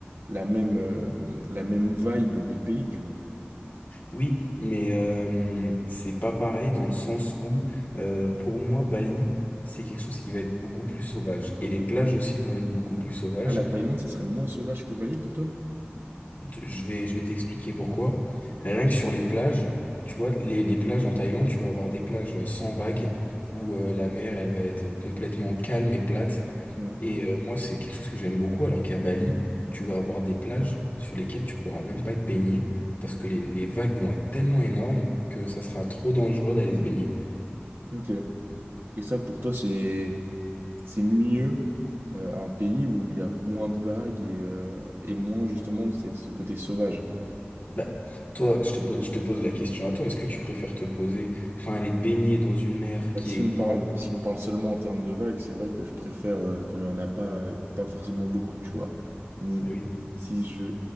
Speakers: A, on the right; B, on the left.
A: la même, euh, la même vibe de pays, tu vois.
B: Oui, mais euh, c'est pas pareil dans le sens où, euh, pour moi, Bali, c'est quelque chose qui va être beaucoup plus sauvage. Et les plages aussi vont être beaucoup plus sauvages.
A: Ah, la Thaïlande, ça serait moins sauvage que Bali pour toi?
B: Je vais, je vais t'expliquer pourquoi. Rien que sur les plages, tu vois, les, les plages en Thaïlande, tu vas avoir des plages euh, sans vagues, où euh, la mer, elle va être euh, complètement calme et plate.
A: Mhm.
B: Et euh, moi, c'est quelque chose que j'aime beaucoup, alors qu'à Bali, tu vas avoir des plages sur lesquelles tu pourras même pas te baigner, parce que les, les vagues vont être tellement énormes que ça sera trop dangereux d'aller se baigner.
A: Ok. Et ça, pour toi, c'est, c'est mieux euh, un pays où il y a moins de vagues et, euh, et moins justement de cette- ce côté sauvage.
B: Bah, toi, je te pose, je te pose la question à toi, est-ce que tu préfères te poser, enfin, aller te baigner dans une mer
A: Bah,
B: qui
A: si
B: est
A: on
B: calme?
A: parle, si on parle seulement en termes de vagues, c'est vrai que je préfère euh, quand il n'y en a pas, euh, pas forcément beaucoup, tu vois. Mais
B: Ah oui.
A: si je,